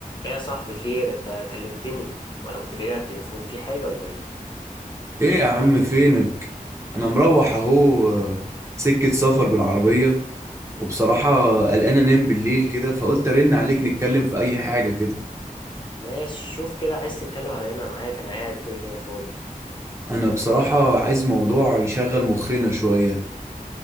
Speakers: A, on the left; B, on the right.
A: ايه يا صاحبي خير انت كلمتني وانا كنت بعيد عن التليفون في حاجة ولا ايه
B: ايه يا عم فينك انا مروح اهو آه، سكة سفر بالعربية وبصراحة قلقان انام بالليل كده فقلت ارن عليك نتكلم في اي حاجة كده
A: ماشي شوف كده عايز تتكلم على ايه؟ انا معاك انا قاعد كده كده فاضي
B: انا بصراحة عايز موضوع يشغل مخنا شوية